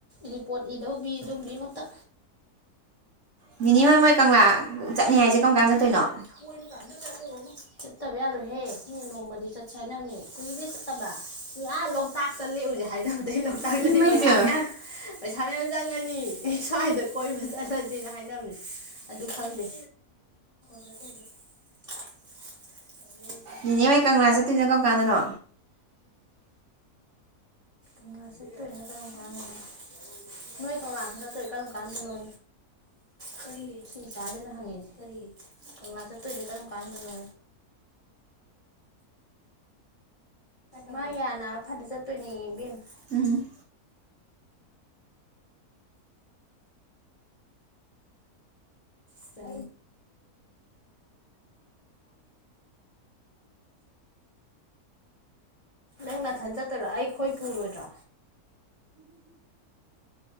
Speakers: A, on the left; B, on the right.
A: ꯔꯤꯄꯣꯠ ꯏꯗꯧꯕꯤ ꯑꯗꯨꯝꯕꯤ ꯃꯛꯇ
B: ꯅꯤꯅꯦ ꯍꯣꯏ ꯃꯣꯏ ꯀꯪꯂꯥ ꯆꯠꯅꯤ ꯍꯥꯏꯖꯦ ꯀꯝ ꯀꯥꯟ ꯆꯠꯇꯣꯏꯅꯣ
A: ꯀꯣꯢꯕꯒ ꯑꯝꯇ ꯆꯠꯂꯨꯔꯅꯨ ꯆꯠꯇꯕ ꯌꯥꯔꯣꯏꯍꯦ ꯃꯤ ꯅꯣꯡꯃꯗꯤ ꯆꯠꯁꯦ ꯍꯥꯏꯅꯕꯅꯦ ꯀꯨꯏꯔꯦ ꯆꯠꯇꯕ ꯃꯤ ꯑꯥ ꯂꯣꯛꯇꯥꯛꯇ ꯂꯦꯛꯎꯨꯖꯦ ꯍꯥꯏꯅꯕꯗꯒꯤ ꯂꯣꯛꯇꯥꯛꯇꯗꯤ
B: ꯏꯃꯩ
A: ꯄꯩꯁꯥ
B: ꯄꯦꯝꯃ
A: ꯃꯌꯥꯝ ꯄꯩꯁꯥ ꯃꯌꯥꯝ ꯆꯪꯉꯅꯤ ꯁ꯭ꯋꯥꯏꯗ ꯀꯣꯏꯕ ꯆꯠꯂꯖꯦꯅ ꯍꯥꯏꯅꯕꯅꯦ ꯑꯗꯨ ꯈꯪꯗꯦ <inaudible>
B: ꯅꯤꯅꯦ ꯍꯣꯢ ꯀꯪꯂꯥ ꯆꯠꯇꯣꯏꯗꯣ ꯀꯔꯝ ꯀꯥꯟꯗꯅꯣ
A: ꯀꯪꯂꯥ ꯆꯠꯇꯨꯢꯗꯨꯅ ꯀꯔꯥꯝ ꯀꯥꯟꯗꯅꯣ ꯅꯣꯏ ꯀꯪꯂꯥ ꯆꯠꯇꯨꯢꯗꯣ ꯀꯔꯝ ꯀꯥꯟꯗ ꯅꯣ ꯀꯔꯤ ꯁꯤ ꯏꯆꯥꯁꯤꯅ ꯍꯪꯉꯤꯁꯤ ꯀꯔꯤ ꯀꯪꯂꯥ ꯆꯠꯇꯣꯏꯁꯦ ꯀꯔꯝ ꯀꯥꯟꯗꯅꯣ ꯃꯥ ꯌꯥ ꯅꯥꯕ ꯐꯔ ꯆꯠꯇꯣꯏꯅꯤ <inaudible> ꯦꯝ <inaudible>
B: ꯎꯝ
A: ꯭ꯔꯦꯃꯅ <inaudible> ꯅꯪ ꯅꯥꯊꯟ ꯆꯠꯇꯨꯢꯔꯣ ꯑꯩꯈꯣꯏ ꯄꯨꯔꯣꯏꯗ꯭ꯔꯣ